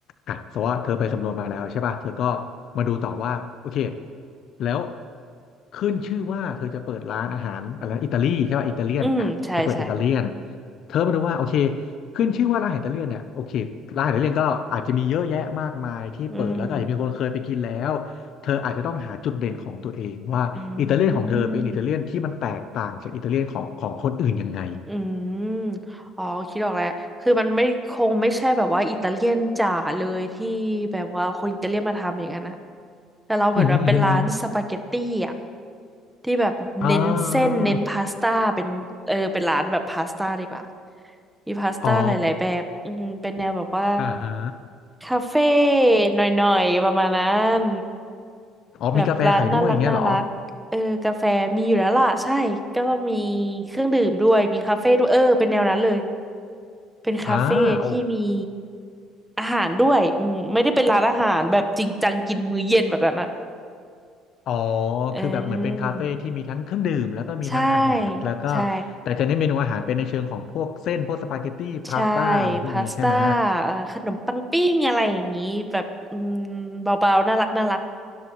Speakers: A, on the left; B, in the centre.
A: อ่ะสมมติว่าเธอไปสำรวจมาแล้วใช่ป่ะเธอก็มาดูต่อว่าโอเคแล้วขึ้นชื่อว่าเธอจะเปิดร้านอาหารอะไรอิตาลีใช่ป่ะอิตาเลียนอ่ะจะเปิดอิตาเลียน
B: อืมใช่ใช่
A: เธอมาดูว่าโอเคขึ้นชื่อว่าร้านอหาิตาเลียนเนี่ยโอเคร้านออิตาเลียนก็อาจจะมีเยอะแยะมากมายที่เปิดแล้วก็อาจจะมีคนเคยไปกินแล้วเธออาจจะต้องหาจุดเด่นของตัวเองว่าอิตาเลียนของเธอเป็นอิตาเลียนที่มันแตกต่างจากอิตาเลียนของของคนอื่นยังไง
B: อืมอืม อืมอ๋อคิดออกแล้วคือมันไม่คงไม่ใช่แบบว่าอิตาเลียนจ๋าเลยที่แบบว่าคนอิตาเลียนมาทำอย่างนั้นนะแต่เราเหมือนแบบเป็นร้านสปาเกตตี้อ่ะ
A: อืมอหืมออืมอหือ
B: ที่แบบเน้นเส้นเน้นพาสต้าเป็นเออเป็นร้านแบบพาสต้าดีกว่า
A: อ่า
B: มีพาสต้าหลายๆแบบอืมเป็นแนวแบบว่า
A: อ๋อ อ่าฮะ
B: คาเฟ่หน่อยๆประมาณนั้น
A: อ๋อมีกาแฟขายด้วยอย่างเงี้ยเหรอ
B: แบบร้านน่ารักน่ารักเออกาแฟมีอยู่แล้วล่ะใช่ก็ต้องมีเครื่องดื่มด้วยมีคาเฟ่ด้วยเออเป็นแนวนั้นเลยเป็นคาเฟ่ที่มี
A: อ่าโอ
B: อาหารด้วยอืมไม่ได้เป็นร้านอาหารแบบจริงจังกินมื้อเย็นแบบนั้นอ่ะ
A: อ๋อ
B: เอ
A: คือแบบเหมือนเป็นคาเฟ่ที่มีทั้งเครื่องดื่มแล้วก็มีทั้งอาหารแล้วก็
B: อใช่ใช่
A: แต่จะเน้นเมนูอาหารเป็นในเชิงของพวกเส้นพวกสปาเกตตี้พาสต้าอะไรพวกนี้ใช่ไหม
B: ใช่พาสต้าเอ่อขนมปังปิ้งอะไรอย่างนี้แบบอืมเบาๆน่ารักน่ารัก